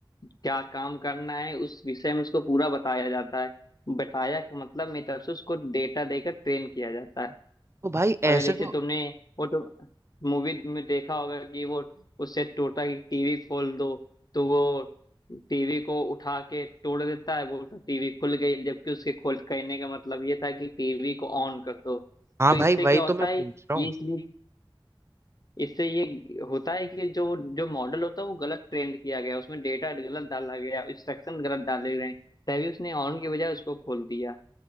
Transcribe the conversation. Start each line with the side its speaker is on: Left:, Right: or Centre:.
Left: क्या काम करना है उस विषय में उसको पूरा बताया जाता है बताया का मतलब मेरी तरफ से उसको डेटा देकर ट्रेन किया जाता है
Right: तो भाई
Left: अगर
Right: ऐसे
Left: जैसे
Right: तो
Left: तुमने वो तो मूवी में देखा होगा कि वो उससे टोटता है कि टीवी खोल दो तो वो टीवी को उठा के तोड़ देता है वो तो टीवी खुल गई जबकि उसके खोल कहने का मतलब ये था कि टीवी को ऑन कर दो
Right: हाँ
Left: तो इससे
Right: भाई वही
Left: क्या होता
Right: तो मैं
Left: है
Right: पूछ रहा
Left: ये
Right: हूँ
Left: इसलिए इससे ये होता है कि जो जो मॉडल होता है वो गलत ट्रेंड किया गया उसमें डेटा गलत डाला गया इंस्ट्रक्शन गलत डाले गए तभी उसने ऑन की बजाय उसको खोल दिया